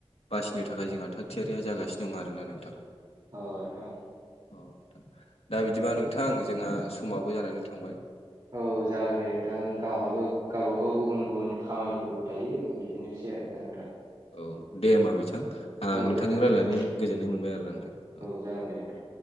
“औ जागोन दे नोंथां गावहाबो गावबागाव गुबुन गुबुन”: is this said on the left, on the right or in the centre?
Right